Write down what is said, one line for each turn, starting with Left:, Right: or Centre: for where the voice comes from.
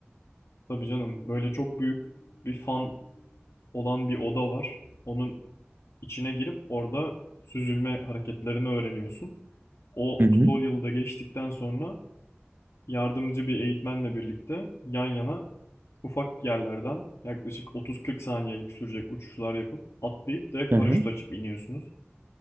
Left: tabii canım böyle çok büyük bir fan olan bir oda var. Onun içine girip orada süzülme hareketlerini öğreniyorsun. O
Right: Hı hı.
Left: tutorial'da geçtikten sonra yardımcı bir eğitmenle birlikte yan yana ufak yerlerden yaklaşık 30-40 saniyelik sürecek uçuşlar yapıp atlayıp direkt
Right: Hı
Left: paraşüt
Right: hı.
Left: açıp iniyorsunuz.